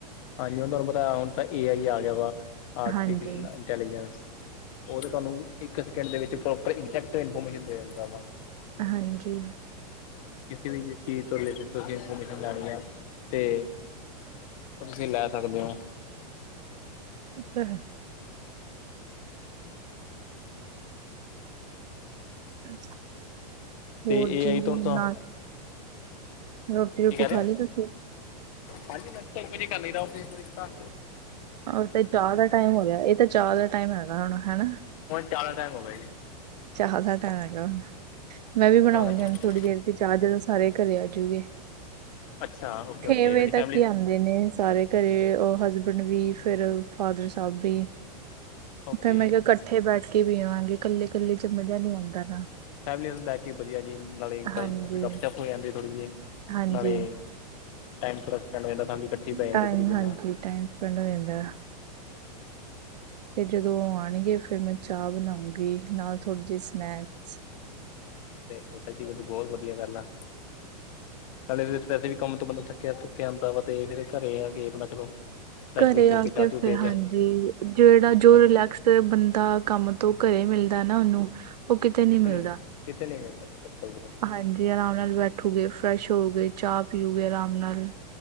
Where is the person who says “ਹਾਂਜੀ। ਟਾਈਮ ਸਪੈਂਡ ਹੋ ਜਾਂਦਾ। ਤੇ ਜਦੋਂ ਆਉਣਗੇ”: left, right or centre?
Right